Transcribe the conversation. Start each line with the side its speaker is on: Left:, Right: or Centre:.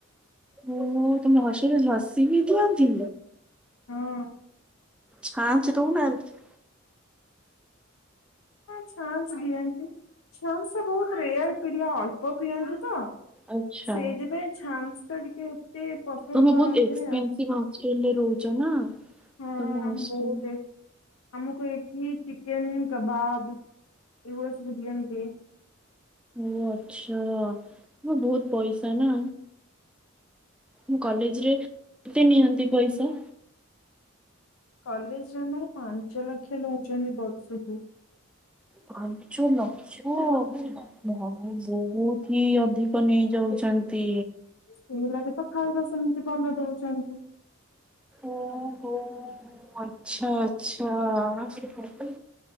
Centre: ଓହୋ ତମ ହଷ୍ଟେଲରେ ଲାସି ବି ଦିଅନ୍ତି।
Left: ହଁ।
Centre: ଛାଞ୍ଚ ଦଉନାହାନ୍ତି?
Left: ହଁ ଛାଞ୍ଚ ଦିଅନ୍ତି। ଛାନ୍ସଟା ବହୁତ ରେୟାର ପିଲା ଅଳ୍ପ ପିଅନ୍ତି ତ
Centre: ଆଚ୍ଛା
Left: ସେଇଥିପାଇଁ ଛାନ୍ସ ଟା ଟିକେ ପସନ୍ଦ
Centre: ତମେ
Left: କରନ୍ତିନି
Centre: ବହୁତ ଏକ୍ସପେନସିଭ
Left: ଆଉ
Centre: ହଷ୍ଟେଲରେ ରହୁଚ ନା?
Left: ହଁ
Centre: ତମ ହଷ୍ଟେଲ
Left: ଆମ ବହୁତ ଏକ୍ସ ଆମକୁ ଏଠି ଚିକେନ କବାବ ଉଇଆ ସବୁ ଦିଅନ୍ତି।
Centre: ଓ ଆଛା ତ ବହୁତ ପଇସା ନା। ଉଁ କଲେଜରେ କେତେ ନିଅନ୍ତି ପଇସା?
Left: କଲେଜରେ ଆମର ପାଞ୍ଚ ଲକ୍ଷ ନଉଛନ୍ତି ବର୍ଷୁକୁୁ।
Centre: ପାଞ୍ଚ ଲ ହଁ ଭା ବହୁତ ହି ଅଧିକ ନେଇ ଯାଉଛନ୍ତି।
Left: ସେଇ ଲାଗି ତ ଖାଇବା ସେମିତି ଭଲ ଦଉଛି। ସେମତି।
Centre: ଓ ହୋ ଆଚଛା ଆଚଛା।